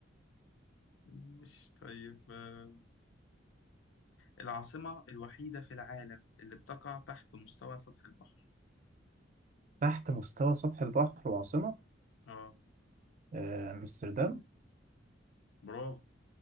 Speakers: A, on the left; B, on the right.
A: مش طيب آه، العاصمة الوحيدة في العالم اللي بتقع تحت مستوى سطح البحر
B: تحت مستوى سطح البحر العاصمه
A: اه
B: آه، امستردام
A: برافو